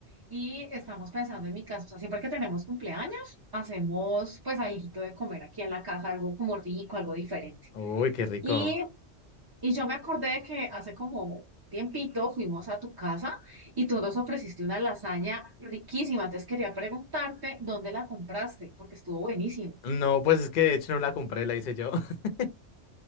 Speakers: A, on the right; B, on the left.
A: y estamos pensando en mi casa. O sea, siempre que tenemos cumpleaños, hacemos pues algo de comer aquí en la casa, algo como rico, algo diferente.
B: Uy, qué rico.
A: Y, y yo me acordé que hace como tiempito fuimos a tu casa y tú nos ofreciste una lasaña riquísima. Entonces quería preguntarte dónde la compraste, porque estuvo buenísimo.
B: No, pues es que de hecho no la compré, la hice yo. <laughs>